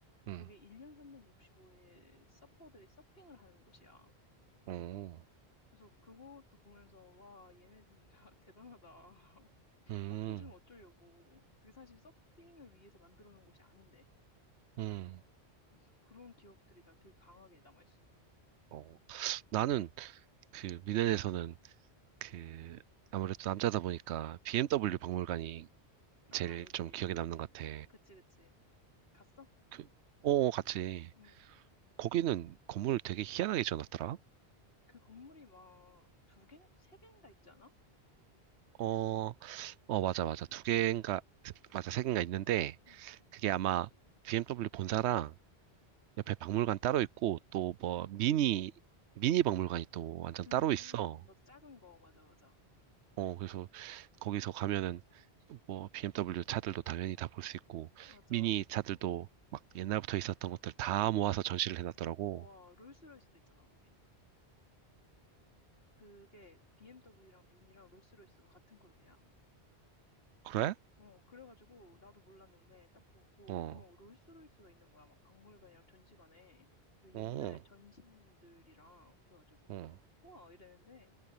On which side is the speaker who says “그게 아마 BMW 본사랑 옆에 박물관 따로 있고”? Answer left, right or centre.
Right